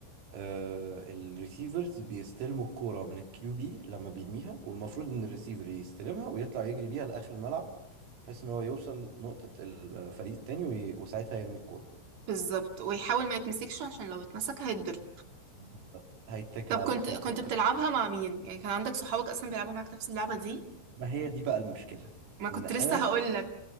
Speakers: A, on the right (about 85°); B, on the right (about 50°).
A: آه الريسيفرز بيستلموا الكورة من الكيو بي لما بيرميها والمفروض ان الريسيفر يستلمها ويطلع يجري بيها لآخر الملعب بحيث ان هو يوصل نقطة الفريق التاني وي... وساعتها يرمي الكورة
B: بالظبط ويحاول ما يتمسكش عشان لو اتمسك هيتضرب
A: بالظبط. هيتكل
B: طب
A: على
B: كنت
A: اتموت
B: كنت
A: هو
B: بتلعبها
A: كمان
B: مع مين يعني كان عندك صحابك اصلا بيلعبوا معاك نفس اللعبة دي
A: ما هي دي بقى المشكلة
B: ما كنت
A: ان انا
B: لسه هقول لك